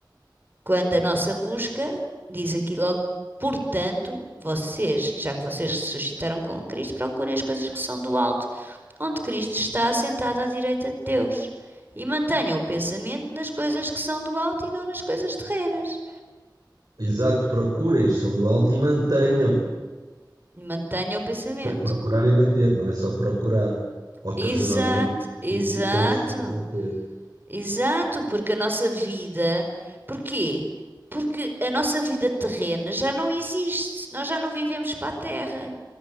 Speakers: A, on the right; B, on the right.
A: Quando a nossa busca, diz aqui logo, portanto, vocês, já que vocês ressuscitaram com Cristo, procurem as coisas que são do alto onde Cristo está assentado à direita de Deus. E mantenha o pensamento nas coisas que são do alto e não nas coisas terrenas.
B: Exato, procurem a som do alto e mantenham,
A: Mantenha o pensamento.
B: para procurar e manter, não é só procurar ocasionalmente
A: Exato, exato,
B: e depois não manter.
A: exato, porque a nossa vida. Porquê? Porque a nossa vida terrena já não existe. Nós já não vivemos para a terra.